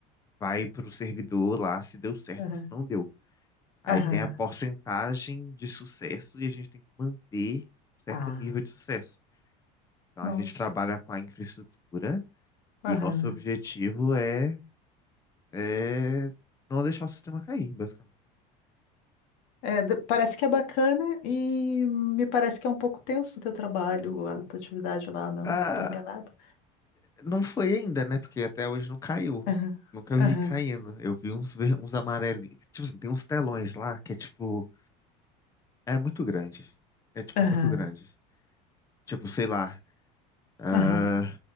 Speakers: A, on the left; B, on the left.
A: vai pro servidor lá se deu certo
B: Aham.
A: ou se não deu. Aí
B: Aham.
A: tem a porcentagem de sucesso e a gente tem que manter um certo
B: Ah,
A: nível de sucesso. Então
B: nossa.
A: a gente trabalha com a infraestrutura
B: Aham.
A: e o nosso objetivo é, é não deixar o sistema cair, basicamente.
B: É, de- parece que é bacana e me parece que é um pouco tenso o teu trabalho, a tua atividade lá, não?
A: Ah,
B: Tô enganada?
A: não foi ainda, né? Porque até hoje não caiu.
B: Aham.
A: Nunca vi
B: Aham.
A: caindo. Eu vi uns, ver- uns amarelinhos. Tipo assim, tem uns telões lá que é tipo. É muito grande. É, tipo,
B: Aham.
A: muito grande. Tipo, sei lá. ah,
B: Aham.